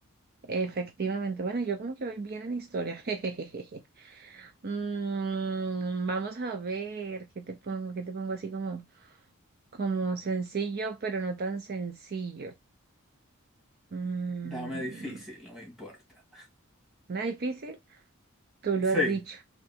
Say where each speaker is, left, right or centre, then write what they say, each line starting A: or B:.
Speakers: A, on the right; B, in the centre.
A: Efectivamente, bueno, yo como que voy bien en historia. <laughs> jejejeje. Mm, vamos a ver qué te pongo, qué te pongo así como, como sencillo, pero no tan sencillo. Mm,
B: Dame difícil, no me importa.
A: una difícil, tú lo
B: Sí,
A: has dicho.